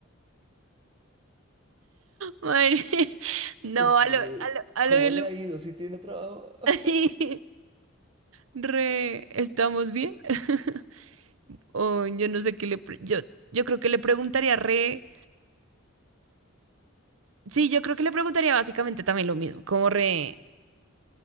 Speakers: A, on the right; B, on the right.
A: madre, <laughs> no,
B: este,
A: a lo,
B: re-
A: a lo, a
B: ¿cómo
A: lo bien
B: le
A: le-
B: ha ido? ¿Si tiene trabajo?
A: <laughs>
B: <laughs>
A: re, ¿estamos bien? <laughs> O yo no sé qué le, pre- yo, yo creo que le preguntaría re, sí, yo creo que le preguntaría básicamente también lo mismo, como re,